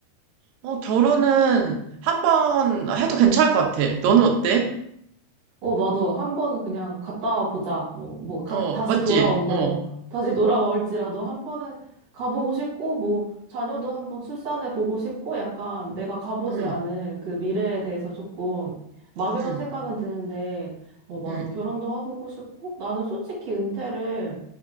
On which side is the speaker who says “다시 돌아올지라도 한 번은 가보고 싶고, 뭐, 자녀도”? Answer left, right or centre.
Right